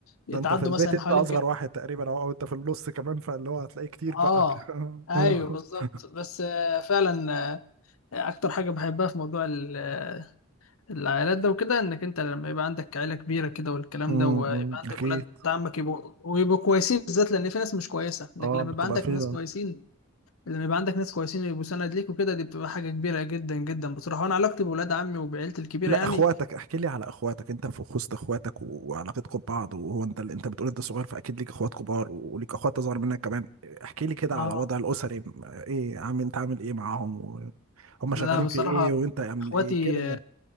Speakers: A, on the left; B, on the right.
A: يتعدوا
B: ده انت في البيت
A: مثلا
B: انت
A: حوالي
B: اصغر
A: يمكن
B: واحد تقريبا او او انت في النص كمان فاللي هو هتلاقيه كتير
A: اه
B: بقى <laughs>
A: ايوه بالظبط بس آه، فعلا آه، اكتر حاجه بحبها في موضوع ال- آه، العائلات ده وكده انك انت لما يبقى عندك عيله كبيره كده والكلام
B: أمم،
A: ده ويبقى
B: أمم،
A: عندك
B: اكيد
A: ولاد عمك يبقوا ويبقوا كويسين بالذات لان في ناس مش كويسه لكن
B: اه
A: لما
B: بتبقى
A: يبقى عندك
B: فيه
A: ناس كويسين لما يبقى عندك ناس كويسين ويبقوا سند ليك وكده دي بتبقى حاجه كبيره جدا جدا بصراحه وانا علاقتي بولاد عمي وبعيلتي الكبيره
B: لا
A: يعني
B: اخواتك احكي لي على اخواتك انت في خصت اخواتك و- وعلاقتكم ببعض وهو انت انت بتقول انت صغير فاكيد ليك اخوات كبار وليك اخوات اصغر منك كمان احكي لي كده
A: اه
B: على وضع الاسري م- ايه عامل انت عامل ايه معاهم و- هم شغالين
A: لا بصراحه
B: في ايه وانت عامل
A: اخواتي
B: ايه كده يعني